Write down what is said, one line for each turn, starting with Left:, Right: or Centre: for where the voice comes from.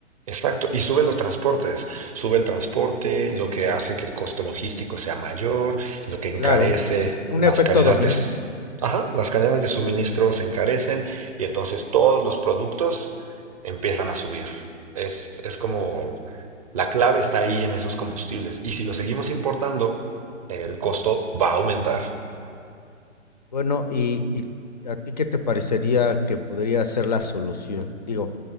Right: Exacto, y sube los transportes, sube el transporte, lo que hace que el costo logístico sea mayor, lo que encarece
Left: Claro, un
Right: las
Left: efecto
Right: cadenas
Left: dominó.
Right: de, s- ajá, las cadenas de suministro se encarecen y entonces todos los productos empiezan a subir. Es, es como la clave está ahí en esos combustibles y si lo seguimos importando, el costo va a aumentar.
Left: Bueno, y, ¿y a ti qué te parecería que podría ser la solución? Digo,